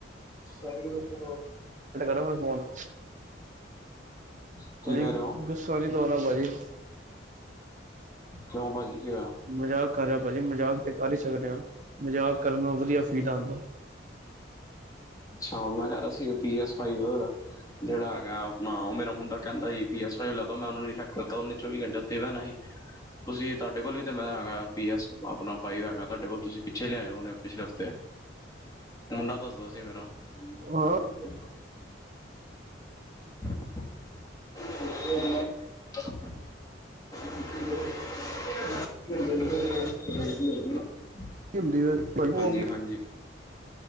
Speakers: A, on the left; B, on the right.
A: ਸਾਈਡ ਲੋਕੀ
B: ਨਵਾਂ ਫੋਨ
A: ਤੁਸੀਂ
B: ਭਾਜੀ
A: ਕਹਿ ਰਹੇ ਹੋ
B: ਗੁੱਸਾ ਨਈ ਦਵਾਨਾ ਭਾਜੀ।
A: ਕਿਉਂ ਭਾਜੀ ਕੀ ਹੋਇਆ। <inaudible>
B: ਮਜ਼ਾਕ ਕਰ ਰਿਹਾ ਭਾਜੀ ਮਜ਼ਾਕ ਤੇ ਕਰ ਹੀ ਸਕਦੇ ਹਾਂ ਮਜ਼ਾਕ ਕਰਨ ਨੂੰ ਵਧੀਆ ਫੀਲ ਆਉਂਦਾ
A: ਅੱਛਾ ਮੈਂ ਅਸੀ ਪੀ ਐਸ ਫਾਈਵ ਜੇੜਾ ਹੈਗਾ। ਨਾ ਓ ਮੇਰਾ ਮੁੰਡਾ ਕੈਂਦਾ ਈ ਪੀ ਐੱਸ ਫਾਈਵ ਲੈ ਦੋ ਉਹਨੂੰ ਨ ਲਗ ਦਿੱਤਾ ਉਹਨੇ ਚੌਵੀ ਘੰਟੇ ਉੱਥੇ ਹੀ ਬਹਿਣਾ ਸੀ। ਤੁਸੀਂ ਤੁਹਾਡੇ ਕੋਲ ਵੀ ਤਾਂ ਮੈਂ ਹੈਗਾ ਪੀ ਐਸ ਆਪਣਾ ਫਾਈਵ ਹੈਗਾ ਤੁਡੇ ਕੋਲ ਤੁਸੀਂ ਪਿੱਛੇ ਲਿਆਇ ਹੋ ਪਿੱਛਲੇ ਹਫ਼ਤੇ ਮੁੰਡਾ ਦੱਸਦਾ ਸੀ ਮੇਰਾ
B: ਹਾਂ
A: ਠੀਕ ਏ। <inaudible> <inaudible>
B: ਕੀ ਹੁੰਦੀ ਏ
A: ਹਾਂਜੀ
B: ਓ ਆਪਣੇ
A: ਹਾਂਜੀ